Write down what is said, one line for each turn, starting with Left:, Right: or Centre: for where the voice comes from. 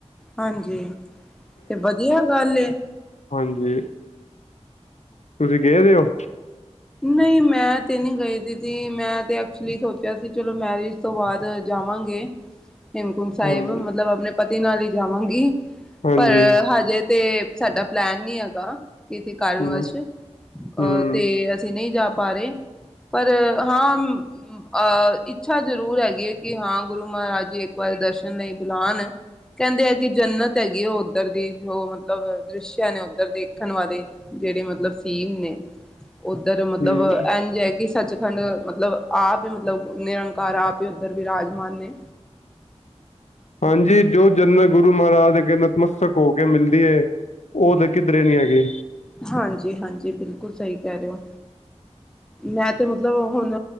Centre: ਹਾਂਜੀ, ਤੇ ਵਧੀਆ ਗੱਲ ਏ।
Left: ਹਾਂਜੀ। ਤੁਸੀਂ ਗਏ ਦੇ ਓ?
Centre: ਨਈ ਮੈਂ ਤੇ ਨਈ ਗਈ ਦੀ ਤੀ, ਮੈਂ ਤੇ ਐਕਚੁਲੀ ਸੋਚਿਆ ਸੀ ਚਲੋ ਮੈਰਿਜ ਤੋਂ ਬਾਅਦ ਜਾਵਾਂਗੇ। <inaudible> ਹੇਮਕੁੰਟ ਸਾਹਿਬ,
Left: ਹਾਂਜੀ
Centre: ਮਤਲਬ ਆਪਣੇ ਪਤੀ ਨਾਲ ਈ ਜਾਵਾਂਗੀ,
Left: ਹਾਂਜੀ
Centre: ਪਰ ਹਜੇ ਤੇ ਸਾਡਾ ਪਲੈਨ ਨੀ ਹੈਗਾ, ਕਿਸੀੇ ਕਾਰਨਵਸ਼
Left: ਹਮ
Centre: ਅ
Left: ਹਮ
Centre: ਤੇ ਤੇ ਨਈ ਜਾ ਪਾ ਰੇ, ਪਰ ਹਾਂ, ਹੂ ਅ ਇੱਛਾ ਜ਼ਰੂਰ ਹੈਗੀ ਏ, ਕਿ ਹਾਂ ਗੁਰੂ ਮਹਾਰਾਜ ਜੀ ਏਕ ਵਾਰ ਦਰਸ਼ਨ ਲਈ ਬੁਲਾਨ। ਕਹਿੰਦੇ ਹੈ ਕਿ ਜੰਨਤ ਹੈਗੀ ਉਹ ਉੱਧਰ ਦੀ, ਜੋ ਮਤਲਬ ਦ੍ਰਿਸ਼ਿਆ ਨੇ ਉੱਧਰ, ਦੇਖਣ ਵਾਲੇ। ਜਿਹੜੇ ਮਤਲਬ ਸੀਨ ਨੇ, ਉੱਧਰ ਮਤਲਬ
Left: ਹਮ
Centre: ਏਂਜ ਕਿ ਸੱਚਖੰਡ ਅ ਮਤਲਬ ਆਪ ਈ ਮਤਲਬ ਨਿਰੰਕਾਰ ਆਪ ਈ ਉੱਧਰ ਬਿਰਾਜਮਾਨ ਨੇ।
Left: ਹਾਂਜੀ, ਜੋ ਜਨਤ ਗੁਰੂ ਮਹਾਰਾਜ ਦੇ ਅੱਗੇ ਨਤਮਸਤਕ ਹੋ ਕੇ ਮਿਲ ਦੀ ਏ, ਉਹ ਤੇ ਕਿੱਧਰੇ ਨੀ ਹੈਗੀ।
Centre: ਹਾਂਜੀ-ਹਾਂਜੀ, ਬਿਲਕੁਲ ਸਈ ਕਹਿ ਰਹੇ ਓ। ਮੈਂ ਤੇ ਮਤਲਬ, ਹੁਣ